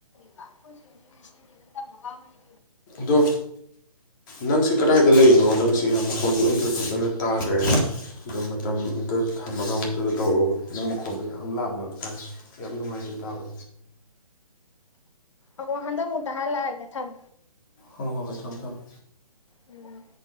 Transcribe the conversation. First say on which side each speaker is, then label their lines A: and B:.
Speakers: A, on the left (about 50°); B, on the left (about 30°).
A: ꯕ ꯑꯩꯈꯣꯏꯁꯨ ꯍꯧꯖꯤꯗꯨꯗ ꯇꯝꯃꯒꯩ
B: ꯗꯣ ꯅꯪꯁꯦ ꯀꯗꯥꯏꯗ ꯂꯩꯔꯤꯅꯣ ꯅꯪꯁꯦ ꯌꯥꯝ ꯃꯈꯣꯡꯁꯨ ꯑꯝꯇꯗ ꯐꯖꯅ ꯇꯥꯗ꯭ꯔꯦ ꯑꯗꯣ ꯃꯇꯝ ꯑꯝꯇꯥ ꯊꯝꯃꯒ ꯑꯃꯨꯛꯇꯗ ꯇꯧꯔꯛꯑꯣꯕ ꯅꯪ ꯃꯈꯣꯟꯗꯣ ꯌꯥꯝ ꯂꯥꯞ ꯂꯞ ꯇꯥꯏ ꯌꯥꯝ ꯅꯨꯡꯉꯥꯏꯇꯦ ꯇꯥꯕ
A: ꯑꯒ ꯋꯥ ꯍꯥꯟꯗꯨꯗ ꯍꯜꯂꯥꯛꯑꯒꯦ ꯊꯝ
B: ꯍꯣꯏ ꯍꯣꯏ ꯍꯣꯏ ꯊꯝꯃꯦ ꯊꯝꯃꯦ
A: ꯎꯝ